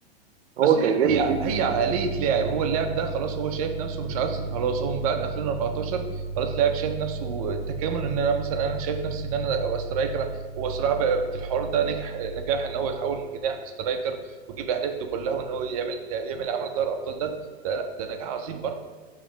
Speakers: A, on the right (about 35°); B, on the right (about 85°).
A: بس
B: هو كان
A: هي
B: جامد
A: هي
B: جدا
A: هي
B: يعني
A: عقليه لاعب هو اللاعب ده خلاص هو شايف نفسه مش عايز خلاص هو من بعد 2014 خلاص لاعب شايف نفسه التكامل ان انا مثلا انا شايف نفسي ان انا ابقى سترايكر هو صراحه بقى في الحوار ده نجح نجاح ان هو يتحول من جناح لسترايكر ويجيب الاهداف دي كلها وان هو يعمل يعمل عمل دوري الابطال ده ده لا ده نجاح عظيم برضه